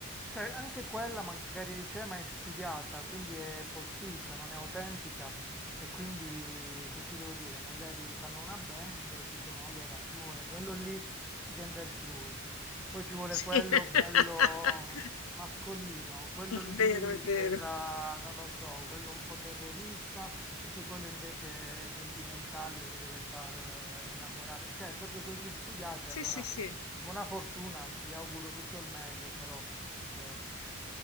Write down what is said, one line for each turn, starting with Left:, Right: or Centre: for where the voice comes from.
Centre: Cioè, anche quella magari c'è, ma è studiata, quindi è posticcia, non è autentica. E quindi, che ti devo dire? Magari fanno una band, dicono, allora, ci vuole quello lì gender fluid, poi ci vuole
Left: Sì,
Centre: quello
Left: <laughs>
Centre: bello mascolino, quello
Left: è
Centre: lì
Left: vero, è vero.
Centre: che fa, non lo so, quello un po' terrorista, e poi quello invece sentimentale che deve far eh, innamorare. Cioè, è proprio così studiate,
Left: Sì,
Centre: allora...
Left: sì, sì.
Centre: Buona fortuna, gli auguro tutto il meglio, però eh,